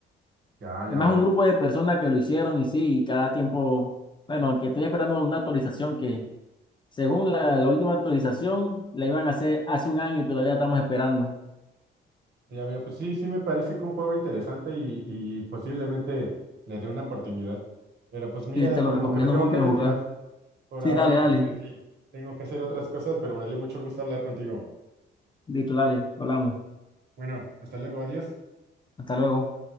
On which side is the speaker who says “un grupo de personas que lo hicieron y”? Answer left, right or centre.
Left